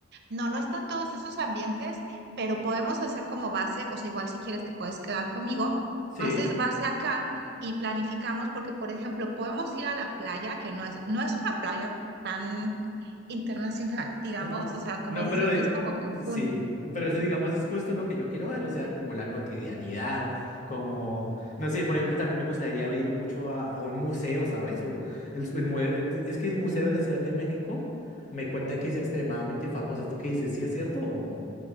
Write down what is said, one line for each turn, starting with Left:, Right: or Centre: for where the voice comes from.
Right: No, no están todos esos ambientes, pero podemos hacer como base, o sea, igual si quieres te puedes quedar conmigo,
Left: Sí.
Right: haces base acá y planificamos porque, por ejemplo, podemos ir a la playa, que no es, no es una playa tan internacional, <laughs> digamos,
Left: Ah, n-
Right: o sea, como
Left: No,
Right: dices,
Left: pero
Right: no
Left: eh,
Right: es como Cancún.
Left: sí, pero eso digamos es justo lo que yo quiero ver, o sea, como la cotidianidad, como, no sé, por ejemplo, también me gustaría ir mucho a, a un museo, ¿sabes? O el, el mue- eh, di- es que el Museo de la Ciudad de México me cuentan que es extremadamente famoso. ¿Tú qué dices? ¿Sí es cierto? o-